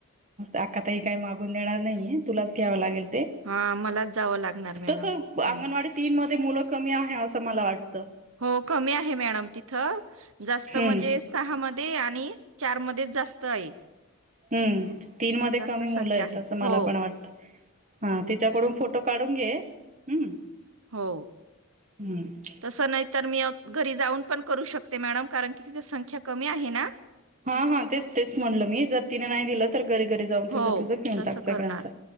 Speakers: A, on the right; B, on the right.
A: आक्काताई काही मागून देणार नाहीये. तुलाच घ्यावं लागेल ते.
B: हा मलाच जावं लागणार मॅडम.
A: तसं
B: हम्म.
A: अंगणवाडी तीन मध्ये मुलं कमी आहे. असं मला वाटतं.
B: हो कमी आहे मॅडम तिथं. जास्त
A: हम्म
B: म्हणजे सहा मध्ये आणि चार मध्येच जास्त आहे.
A: हम्म. तीन मध्ये
B: जास्त
A: कमी मुलंयेत.
B: संख्या आहे
A: असं मला
B: हो
A: पण वाटतं. हा तिच्याकडून फोटो काढून घे. हम्म.
B: हो.
A: हम्म.
B: तसं नाहीत तर मी घरी जाऊन पण करू शकते मॅडम. कारण की तिथ संख्या कमी आहे ना.
A: हा हा तेच तेच म्हणलं मी. जर तिने नाही दिलं तर, घरी घरी जाऊन
B: हो
A: तुझं तुझं घेऊन
B: तसं
A: टाक सगळ्यांच.
B: करणार